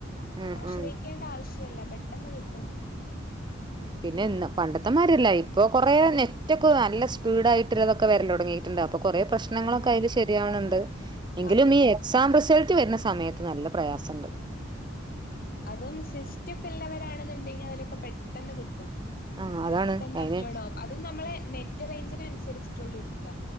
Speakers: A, on the right; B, on the left.
A: ഉം
B: ആശ്രയിക്കേണ്ട
A: ഉം
B: ആവശ്യം ല്ല പെട്ടെന്ന് കിട്ടും
A: ഉപിന്നെ ഇ പണ്ടത്തെമാരെല്ല
B: ഉം
A: ഇപ്പൊ കൊറേ നെ നെറ്റൊക്ക നല്ല സ്പീഡായിട്ടള്ളൊതൊക്കെ വരല് തൊടങ്ങിട്ടുണ്ട് അപ്പൊ കുറേ പ്രശ്നങ്ങളൊക്കെ
B: ആഹ്
A: അയില് ശരിയാവണുണ്ട് എങ്കിലും
B: അതെ
A: ഈ എക്സാം റിസൾ വരുന്ന സമയത്ത് നല്ല പ്രയാസണ്ട്
B: അതും സിസ്റ്റ്ക്കെ ഒള്ളവരാണെന്നുണ്ടെങ്കിൽ അതിലൊക്കെ പെട്ടന്ന് കിട്ടും
A: ആ
B: പെട്ടന്ന്
A: അതാണ് അതിന്
B: അപ്‌ലോഡ് ആകും അത് നമ്മളെ നെറ്റ് റേഞ്ചിനനുസരിച്ചിട്ടുള്ളിരിക്ക